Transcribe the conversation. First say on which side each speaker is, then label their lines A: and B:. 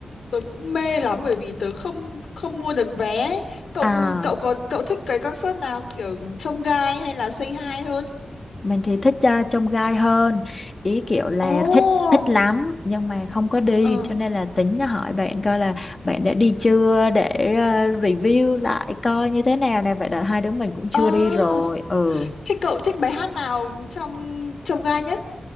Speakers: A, on the left; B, on the left.
A: tớ cũng mê lắm Bởi vì tớ không không mua được vé Cậu
B: À,
A: cậu có cậu thích cái concert nào Kiểu trông gai hay là Say Hi hơn
B: mình thì thích uh, trông gai hơn, ý kiểu là
A: Ồ
B: thích thích lắm nhưng mà không có đi
A: Ờ
B: cho nên là tính hỏi bạn coi là bạn đã đi chưa để ờ, review lại coi như thế nào nè, vậy là hai đứa mình cũng chưa
A: Ờ
B: đi rồi. Ừ.
A: Thế cậu thích bài hát nào trong trông gai nhất